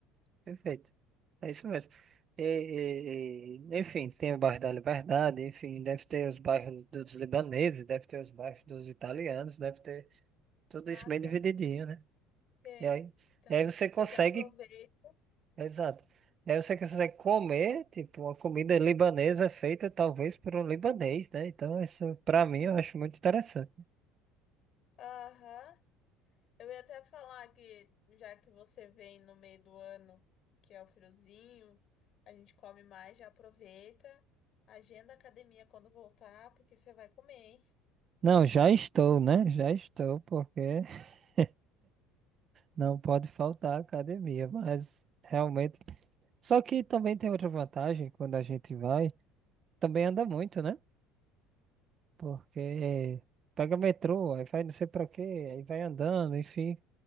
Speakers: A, on the right; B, on the left.
A: Perfeito. É isso mesmo. E, e- e- enfim, tem o bairro da Liberdade, enfim, deve ter os bairros dos libaneses, deve ter os bairros dos italianos, deve ter tudo
B: Ah,
A: isso bem
B: tem.
A: divididinho, né?
B: Tem.
A: E aí,
B: Então,
A: e aí você
B: você
A: consegue
B: já aproveita.
A: Exato. Aí você consegue comer, tipo, uma comida libanesa feita talvez por um libanês, né? Então, isso pra mim eu acho muito interessante.
B: Aham. Eu ia até falar que, já que você vem no meio do ano, que é o friozinho, a gente come mais, já aproveita. Agenda a academia quando voltar, porque você vai comer, hein?
A: Não, já estou, né? Já estou, porque <laughs> não pode faltar a academia, mas realmente. Só que também tem outra vantagem quando a gente vai, também anda muito, né? Porque pega metrô, aí vai não sei pra quê, aí vai andando, enfim,